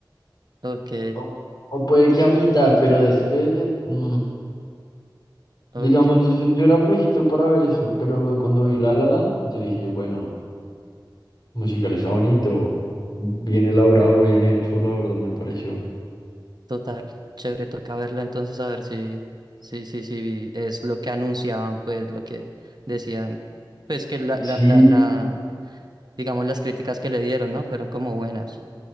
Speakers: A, on the right (about 55°); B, on the left (about 55°).
A: ok,
B: O, o puede que a mitad, pero después, mm,
A: ok,
B: digamos, yo, soy- yo era flojito para ver eso, pero cuando vi La La Land, yo dije, bueno, musical está bonito, bien elaborado, bien hecho, la verdad me pareció.
A: total, chévere, toca verlo entonces a ver si, si, si, si es lo que anunciaban, pues lo que decían, pues que la, la,
B: Sí.
A: la, la, digamos las críticas que le dieron, ¿no? Fueron como buenas.